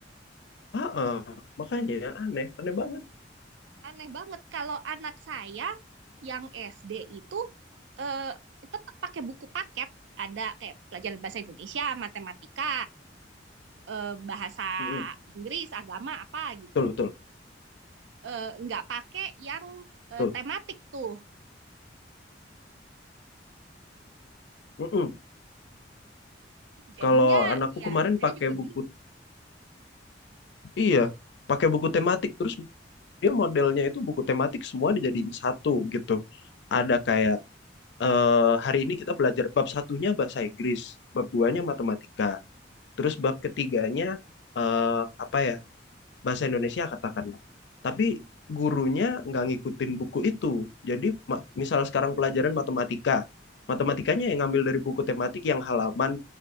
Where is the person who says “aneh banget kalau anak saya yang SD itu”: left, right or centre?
Right